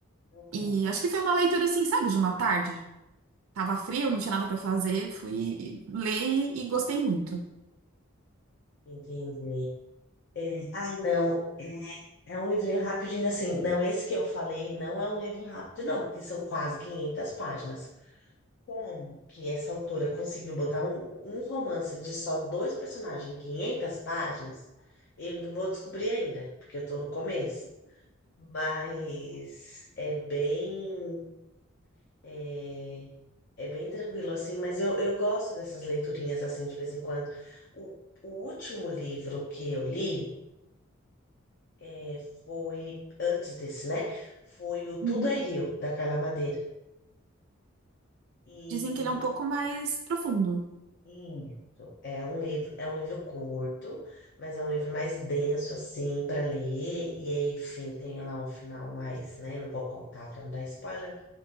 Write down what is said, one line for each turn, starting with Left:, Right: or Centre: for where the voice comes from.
Left: Uhum.
Right: E acho que foi uma leitura assim, sabe, de uma tarde. Tava frio, não tinha nada pra fazer, fui ler e e gostei muito.
Left: Entendi. É, ai, não. É, é um livrinho rapidinho, assim. Não, esse que eu falei não é um livro rápido, não, porque são quase 500 páginas. Como que essa autora conseguiu botar um, um romance de só dois personagens em 500 páginas? Eu não vou descobrir ainda, porque eu tô no começo. Mas é bem. É, É bem tranquilo, assim, mas eu, eu gosto dessas leiturinhas, assim, de vez em quando. O, o último livro que eu li é, foi, antes desse, né? Foi o Tudo
Right: Uhum,
Left: é Rio, da Carla Madeira. E,
Right: Dizem que ele é um pouco mais profundo.
Left: e isso, é um livro, é um livro curto, mas é um livro mais denso, assim, para ler. E, enfim, tem lá um final mais, né? Não vou contar para não dar spoiler,